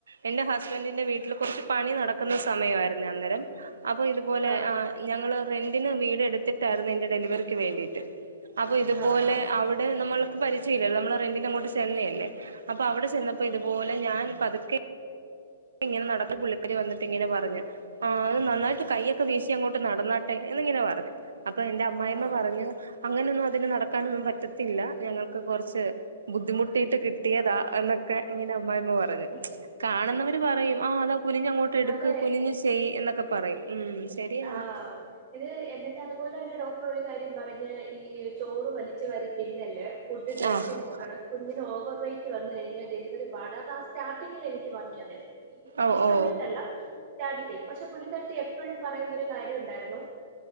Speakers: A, on the right (about 70°); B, on the right (about 40°).
A: എന്റെ ഹസ്ബൻറിന്റെ വീട്ടിൽ കുറച്ച് പണി നടക്കുന്ന സമയമായിരുന്നു അന്നേരം അപ്പൊ ഇതുപോലെ
B: ആഹ്
A: ആ ഞങ്ങള്ൾ റെന്റിന് വീട് എടുത്തിട്ടായിരുന്നു എന്റെ ഡെലിവറി വേണ്ടിട്ട് അപ്പൊ ഇതുപോലെ
B: ആഹ് ആഹ്
A: അവിടെ നമ്മൾ പരിചയല്ലല്ലോ, നമ്മൾ റെന്റിന് അങ്ങോട്ട് ചെന്നേല്ലേ, അപ്പൊ അവിടെ ചെന്നപ്പോ
B: ഉം
A: ഇതുപല ഞാൻ പതുക്കെ ഇങ്ങനെ നടക്കേ, പുള്ളിക്കാരി വന്നിട്ട് ഇങ്ങനെ പറഞ്ഞു ആ അത് നന്നായിട്ട് കയ്യൊക്കെ വീശി അങ്ങോട്ട് നടന്നാട്ടെ. എന്നിങ്ങനെ പറഞ്ഞു, അപ്പൊ എന്റെ അമ്മായിമ്മ
B: ആഹ്
A: പറഞ്ഞു അങ്ങനൊന്നും അതിന് നടക്കാനൊന്നും പറ്റത്തില്ല, ഞങ്ങൾക്ക് കുറച്ച് ബുദ്ധിമുട്ടിട്ട് കിട്ടിയതാ എന്ന ക്കെ, ഇങ്ങനെ അമ്മായിമ്മ പറഞ്ഞു,
B: ഉം
A: കാണുന്നവര് പറയും ആ അതാ കുനിഞ്ഞങ്ങോട്ട് എടുക്ക്,
B: അതെ
A: കുനിഞ്ഞഞ് ചെയ്യ് എന്നൊക്കെ പറയും, ഉം ശരിയാണ്
B: ആ, ഇത് എന്നിട്ട് അതുപോലെ തന്നെ ഡോക്ടർ ഒരു കാര്യം പറഞ്ഞ ഈ ചോറ് വലിച്ചു വാരി തിന്നല്ലേ, ഫുഡ് ഡയറ്റ്
A: ആ
B: നോക്കണം, കുഞ്ഞിന് ഓവർ വെയറ്റ് വന്ന് കഴിഞ്ഞാ ഡെലിവറി പാടാ, അതാ സ്റ്റാർട്ടിങ്ങിൽ എനിക്ക് പറഞ്ഞ അതെ. ഈ,
A: ഓ
B: ഈ
A: ഓ
B: സമയത്തല്ല സ്റ്റാർട്ടിങ്ങിൽ, പക്ഷെ പുള്ളിക്കാര തി എപ്പോഴും പറയു <unintelligible> ണ്ടായിരുന്നു,